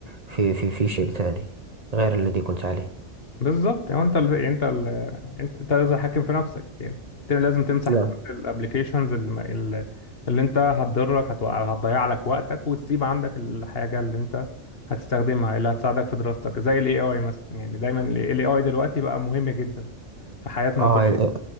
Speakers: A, on the right; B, on the left.
A: في في في شيء ثاني غير الذي كنت عليه
B: بالظبط يعني انت ال... انت ال... انت انت لازم تحكم في نفسك يعني انت لازم تمسح
A: نعم
B: كل الابلكيشنز اللي, ما- اللي اللي انت هتضرك هتوقع هتضيع لك وقتك وتسيب عندك الحاجه اللي انت هتستخدمها اللي هتساعدك في دراستك زي الاي اي مثلا يعني دايما الاي اي دلوقتي بقى مهم جدا في حياتنا
A: آه
B: كلنا